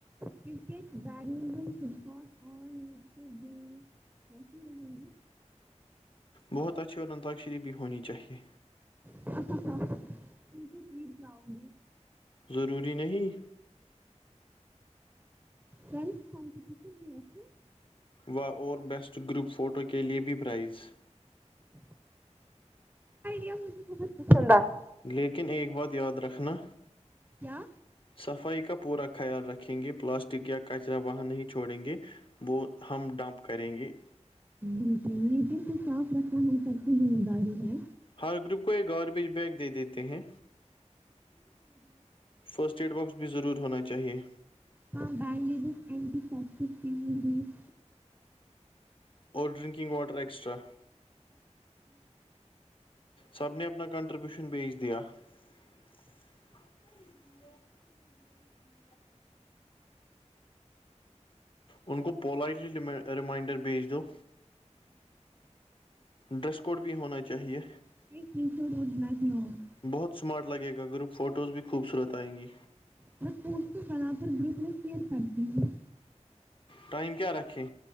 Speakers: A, on the right; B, on the left.
A: کرکٹ بیڈمنٹن فٹ بال اور نیڈ گیم کیسی رہیں گی
B: بہت اچھی اور انتاکشیری بھی ہونی چاہیے
A: میں تو جیت جاؤں گی
B: ضروری نہیں
A: ڈن کومپیٹیشن بھی رکھے
B: وا اور بیسٹ گروپ فوٹو کے لیے بھی پرائز
A: یہ مجھے بہت پسند آتی
B: لیکن ایک بات یاد رکھنا
A: کیا
B: صفائی کا پورا خیال رکھیں گے پلاسٹک یا کچرا وہاں نہیں چھوڑیں گے وہ ہم ڈمپ کریں گے
A: بالکل نیچر کو صاف رکھنا ہم سب کی ذمہ داری ہے
B: ہر گروپ کو ایک گاربیج بیگ دے دیتے ہیں فرسٹ ایڈ باکس بھی ضرور ہونا چاہیے
A: ہاں bandages antiseptic pain relief
B: اور ڈرنکنگ واٹر ایکسٹرا سب نے اپنا کنٹریبیوشن بیچ دیا <unintelligible> ان کو پولائٹلی ری ریمائنڈر بھیج دو ڈریس کوڈ بھی ہونا چاہیے
A: <unintelligible>
B: بہت سمارٹ لگے گا گروپ فوٹوز بھی خوبصورت آئیں گی
A: اور فوٹوز برابر گروپ میں شیئر کرتی ہوں
B: ٹائم کیا رکھے